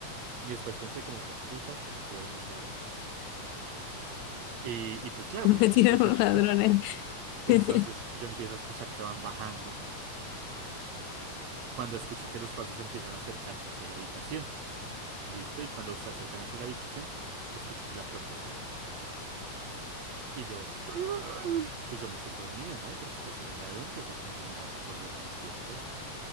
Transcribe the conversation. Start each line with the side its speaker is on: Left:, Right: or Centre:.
Right: Y después pensé como, puta, se metieron los ladrones. Y, y pues
Left: <laughs>
Right: claro,
Left: me
Right: pues yo
Left: tiraron
Right: me empecé a
Left: los
Right: asustar.
Left: ladrones
Right: Entonces
Left: <laughs>
Right: yo empiezo a escuchar que van bajando. Cuando escucho que los pasos empiezan a acercarse hacia la habitación. ¿Listo? Y cuando se acercan hacia la habitación, escucho que la puerta se abre. Y yo... "Ah". Pues yo me hice el dormido, ¿no? Porque pues si era un ladrón, pues de pronto me mata por verme despierto.